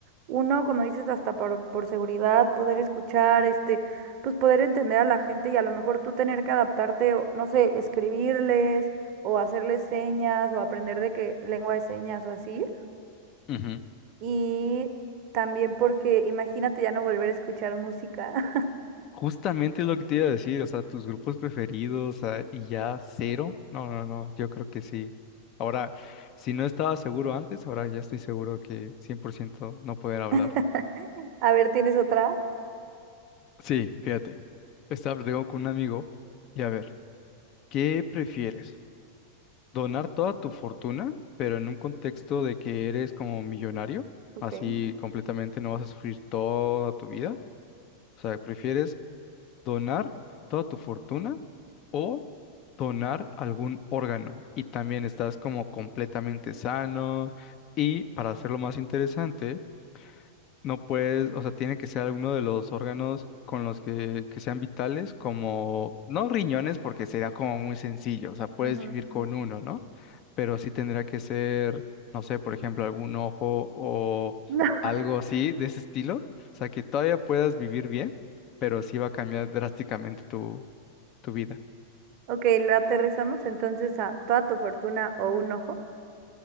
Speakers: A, on the right; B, on the left.
A: uno, como dices, hasta por, por seguridad, poder escuchar, este, pues poder entender a la gente y a lo mejor tú tener que adaptarte, o, no sé, escribirles o hacerles señas o aprender de qué lengua de señas o así.
B: Ujú.
A: Y también porque imagínate ya no volver a escuchar música.
B: Justamente es lo que te iba a decir, o sea, tus grupos preferidos ah, y ya cero. No, no, no, yo creo que sí. Ahora, si no estaba seguro antes, ahora ya estoy seguro que 100% no poder hablar.
A: <laughs> A ver, ¿tienes otra?
B: Sí, fíjate, estaba platicando con un amigo y a ver, ¿qué prefieres? ¿Donar toda tu fortuna, pero en un contexto de que eres como millonario?
A: Ok.
B: Así completamente no vas a sufrir toda tu vida. O sea, ¿prefieres donar toda tu fortuna? o donar algún órgano y también estás como completamente sano y para hacerlo más interesante, no puedes, o sea, tiene que ser alguno de los órganos con los que, que sean vitales, como, no riñones porque sería como muy sencillo, o sea, puedes
A: Ujú.
B: vivir con uno, ¿no? Pero sí tendría que ser, no sé, por ejemplo, algún ojo o
A: <laughs>
B: algo así de ese estilo, o sea, que todavía puedas vivir bien, pero sí va a cambiar drásticamente tu, tu vida.
A: Ok, lo aterrizamos entonces a toda tu fortuna o un ojo.